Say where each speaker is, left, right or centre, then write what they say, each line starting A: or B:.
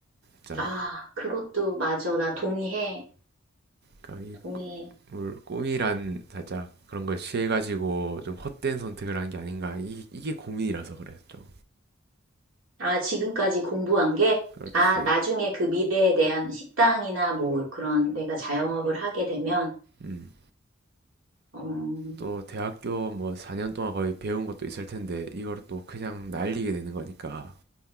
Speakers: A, on the right; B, on the right.
A: 진짜.
B: 아, 그것도 맞아. 나 동의해.
A: 그러니까 이
B: 동의해.
A: 꿈- 꿈이란 살짝 그런 걸 취해가지고 좀 헛된 선택을 한 게 아닌가. 이, 이게 고민이라서 그래, 좀.
B: 아, 지금까지 공부한 게?
A: 그렇지.
B: 아, 나중에 그 미래에 대한 식당이나 뭐 그런 내가 자영업을 하게 되면,
A: 음.
B: 음,
A: 또 대학교 뭐 4년 동안 거의 배운 것도 있을 텐데 이걸 또 그냥 날리게 되는 거니까